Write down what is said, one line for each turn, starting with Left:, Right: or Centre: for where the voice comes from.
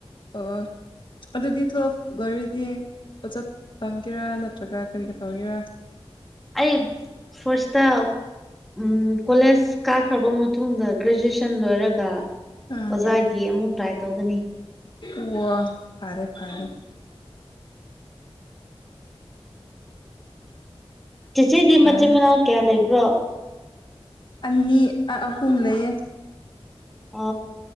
Left: ꯑꯣ ꯑꯗꯨꯗꯤ ꯇꯨꯋ‌ꯦ꯭ꯜꯐ ꯂ‌ꯣꯏꯔꯗꯤ ꯑ‌ꯣꯖꯥ ꯇꯝꯒꯦꯔꯥ ꯅꯠꯇ꯭ꯔꯒ ꯀꯔꯤꯒ ꯇꯧꯒꯦꯔꯥ
Centre: ꯑꯩ ꯐꯥꯁ ꯇ ꯎꯝ ꯀꯣꯂꯦꯖ ꯀꯥꯈ꯭ꯔꯕ ꯃꯇꯨꯡꯗ ꯒ꯭ꯔꯦꯖꯨꯑꯦꯁꯟ ꯂꯣꯏꯔꯒ
Left: ꯑꯥ
Centre: ꯑꯣꯖꯥꯒꯤ ꯑꯃꯨꯛ ꯇ꯭ꯔꯥꯏ ꯇꯧꯒꯅꯤ
Left: ꯑꯣ ꯐꯔꯦ ꯐꯔꯦ
Centre: ꯆꯦꯆ‌ꯦꯗꯤ
Left: ꯐꯔꯦ
Centre: ꯃꯆꯤꯟ ꯃꯅꯥꯎ ꯀꯌꯥ ꯂꯩꯕ꯭ꯔꯣ
Left: ꯑꯅꯤ ꯑꯍꯨꯝ ꯂꯩꯌ‌ꯦ
Centre: ꯑ